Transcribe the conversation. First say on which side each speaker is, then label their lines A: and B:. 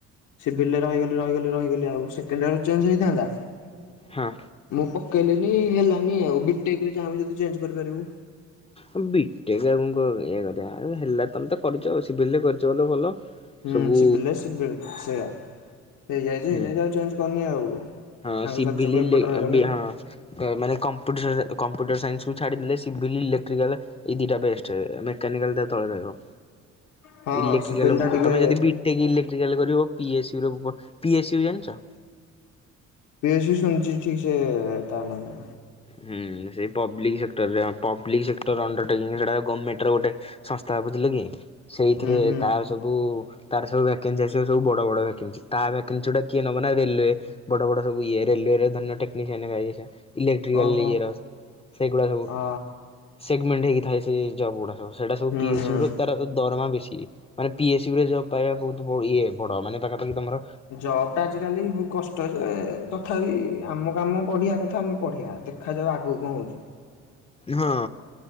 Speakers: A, on the left; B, on the left.
A: ସିଭିଲ ରେ ରହିଗଲି ରହିଗଲି ରହିଗଲି ଆଉ ସେକେଣ୍ଡ ଇୟର ଚେଞ୍ଜ ହେଇଥାନ୍ତା
B: ହଁ।
A: ମୁଁ ପ ପକେଇଲେନି ହେଲାନି ଆଉ ବି ଟେକ୍ ରେ ଚାହିଁବୁ ଯଦି ଚେଞ୍ଜ କରିପାରିବୁ।
B: ହ ବି ଟେକ ଆଉଙ୍କ ଇଏ କରିବା ହେଲା ତମେ ତ କରିଛ ସିଭିଲରେ କରିଛ ବଲେ ଭଲ।
A: ହୁଁ
B: ସବୁ
A: ସିଭିଲରେ ସିଭିଲ ସେଇଆ ହେଇଯାଇଛି
B: ହୁଁ
A: ହେଇଯାଇଛି ଆଉ ଚେଞ୍ଜ କରିନି ଆଉ।
B: ହଁ
A: ସାଙ୍ଗସାଥି
B: ସିଭିଲି
A: ସବୁ ଏପଟେ
B: ଲେ
A: ରହିଗଲେ
B: ବି ହଁ କ ମାନେ କମ୍ପୁଟର ସାସ କମ୍ପୁଟର ସାଇନ୍ସ। ଛାଡିଦେଲେ ସିଭିଲି ଇଲେକ୍ଟ୍ରିକାଲ ଏଇ ଦିଟା ବେଷ୍ଟ ମେକାନିକାଲ ତା ତଳେ ରହିବ।
A: ହଁ
B: ଇଲେକ୍ଟ୍ରିକାଲ
A: ସିଭିଲଟା ଟିକେ
B: ତମେ ଯଦି ବି ଟେକ ଇଲେକ୍ଟ୍ରିକାଲ ର କରିବ ପି ଏସସି ର ବ ପି ଏସ ୟୁ ଜାଣିଛ?
A: ପି ଏସ ଶୁଣିଛି ଠିକ ସେଏ ତା ନା। ହୁଁ
B: ହୁଁ ସେଇ ପବ୍ଲିକ ସେକ୍ଟରରେ ପବ୍ଲିକ ସେକ୍ଟର ଅଣ୍ଡରଟେକିଙ୍ଗ ସେଟା ଗମେଣ୍ଟ ର ଗୋଟେ। ସଂସ୍ଥା ବୁଝିଲେ କି ସେଇଥିରେ
A: ହୁଁ ହୁଁ
B: ତାର ସବୁ ତାର ସବୁ ଭ୍ୟାକେନ୍ସି ଆସିବ ସବୁ ବଡ ବଡ ଭ୍ୟାକେନ୍ସି ତାର ଏକିଲ ଚୁଡ଼ା କିଏ ନବ ନା ରେଲୱେ ବଡ଼ ବଡ଼ ସବୁ ଇଏରେ ରେଲେୱେ ଧରିନିଅ ଟେକ୍ନିଶିଆନରେ ଭାରି ନିଶା। ଇଲେକ୍ଟ୍ରିକାଲ
A: ଓହୋ
B: ଇଏର ସେଗୁଡ଼ା ସବୁ
A: ଆ
B: ସେଗମେଣ୍ଟ ହେଇକି ଥାଏ ସେ ଜବ୍ ଗୁଡ଼ା ସବୁ ସେଇଟା ସବୁ
A: ହୁଁ
B: ପି ଏସ
A: ହୁଁ।
B: ୟୁ ର ତାର ଦରମା ବେଶୀ ମାନେ ପି ଏସ ୟୁ ରେ ଜବ ପାଇବା ବହୁତ ବ ଇଏ ବଡ ମାନେ ପାଖାପାଖି ତମର
A: ଜବ ଟା ଆଜିକାଲି କଷ୍ଟ ଯେ ତଥାପି ଆମ କାମ ପଢିଆ କଥା ଆମେ ପଢିଆ ଦେଖାଯାଉ ଆଗକୁ କଣ ହଉଛି।
B: ହଁ।